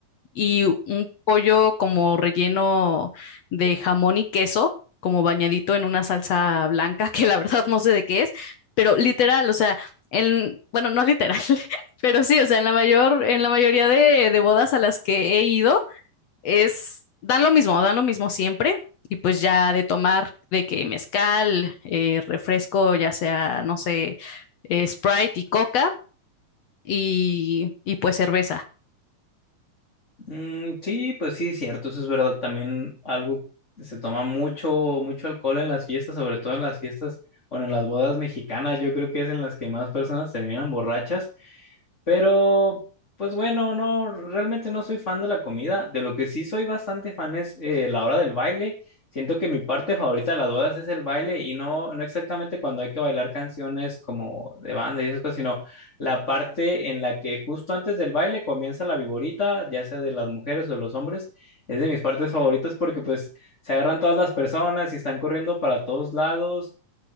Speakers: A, on the left; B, on the left.
A: y un pollo como relleno de jamón y queso, como bañadito en una salsa blanca, <laughs> que la verdad no sé de qué es, pero literal, o sea, en, bueno, no literal, <laughs> pero sí, o sea, en la mayor, en la mayoría de, de bodas a las que he ido, es, dan lo mismo, dan lo mismo siempre. Y pues ya de tomar de que mezcal, eh, refresco, ya sea, no sé, eh, Sprite y coca y, y pues cerveza.
B: Mm, sí, pues sí, es cierto, eso es verdad, también algo, se toma mucho, mucho alcohol en las fiestas, sobre todo en las fiestas, bueno, en las bodas mexicanas, yo creo que es en las que más personas terminan borrachas. Pero, pues bueno, no, realmente no soy fan de la comida. De lo que sí soy bastante fan es eh, la hora del baile. Siento que mi parte favorita de las bodas es el baile y no, no exactamente cuando hay que bailar canciones como de banda y esas cosas, sino la parte en la que justo antes del baile comienza la viborita, ya sea de las mujeres o de los hombres, es de mis partes favoritas porque pues se agarran todas las personas y están corriendo para todos lados